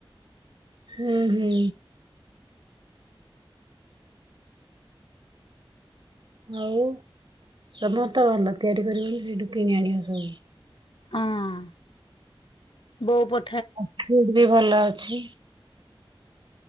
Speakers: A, on the right; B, on the left.
A: ହୁଁ ହୁଁ। ଆଉ <unintelligible> ଭଲ ତିଆରି କରିବନି ସେଇଠୁ କିଣି ଆଣିବା ସବୁ।
B: ହଁ ବୋଉ ପ
A: <unintelligible> ଭଲ ଅଛି